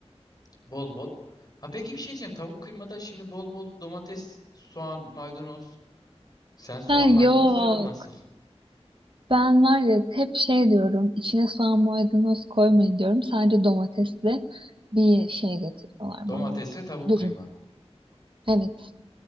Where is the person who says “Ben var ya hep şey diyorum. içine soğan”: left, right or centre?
Right